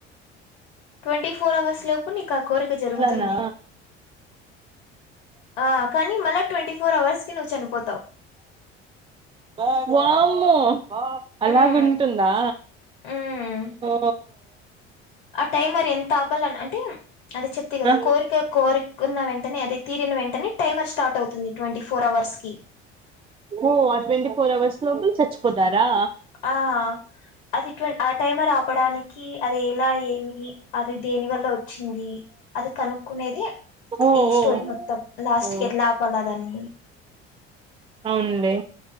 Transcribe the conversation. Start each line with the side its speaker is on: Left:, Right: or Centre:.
Left: ట్వంటీ ఫోర్ అవర్స్ లోపు నీకు ఆ కోరిక జరుగుతుంది
Right: అట్లనా
Left: ఆ కానీ మళ్ళా ట్వంటీ ఫోర్ అవర్స్ కి నువ్వు చనిపోతావ్
Right: ఆ వామ్మో అలాగుంటుందా
Left: మ్ మ్
Right: ఓ
Left: ఆ టైమర్ ఎంత ఆపాలన్న అంటే అది చెప్తి కదా
Right: ఆ
Left: కోరిక కోరికున్న వెంటనే అదే తీరిన వెంటనే టైమర్ స్టార్ట్ అవుతుంది ట్వంటీ ఫోర్ అవ అవర్స్ కి
Right: ఓ ఆ ట్వంటీ ఫోర్ అవర్స్ లోపల చచ్చపోతారా
Left: ఆ అది ట్వ టైమర్ ఆపడానికి అది ఎలా ఏమి అది దేని వల్ల వచ్చింది అది కనుక్కు అనేది
Right: ఓ
Left: ఈ స్టోరీ
Right: ఓ
Left: మొత్తం లాస్ట్
Right: ఓ
Left: కి ఎట్లా ఆపాల దాన్ని
Right: అవున్లే